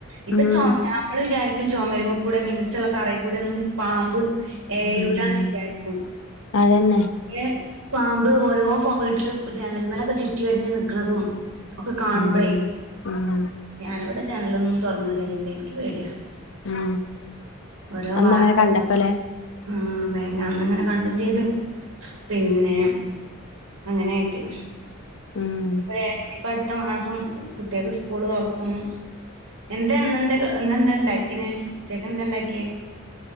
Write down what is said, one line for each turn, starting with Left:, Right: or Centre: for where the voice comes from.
Right: ഇപ്പൊ
Left: ഉം
Right: ചോ നമ്മള് വിചാരി ചൊമരുമക്കുടെ മിൻസള്ള തറേകൂടെ ഒന്നും പാമ്പ് ക്ക് ഏയൂലാന്ന്
Left: ഉം
Right: വിചാരിക്കും
Left: അതന്നെ
Right: എ പാമ്പ് ഓരോ ഫോ വീട്ടിലും ജനൽമേലൊക്കെ ചുറ്റി വരിഞ്ഞ് നിക്കണതും ഒക്കെ കാണുമ്പഴേ
Left: ഉം ഉം
Right: ഞാനിവിടെ ജനലൊന്നും തുറന്നു ഇടലില്ല എനിക്ക് പേടിയാ
Left: ആ
Right: ഓരോ
Left: അന്നങ്ങനെ
Right: വാർത്ത
Left: കണ്ടപ്പല്ലേ
Right: ആ ഭയ ന്ന് അന്നിങ്ങനെ കണ്ട ചെയ്തു പിന്നെ അങ്ങനായിട്ട്
Left: ഉം
Right: ഇപ്പ ദേ ഇപ്പ അടുത്ത മാസം കുട്ടികൾക്ക് സ്കൂള് തുറക്കും എന്താ ന്ത എന്താ ഇണ്ടാക്കനേ ഉച്ചക്ക് എന്താ ഉണ്ടാക്കിയേ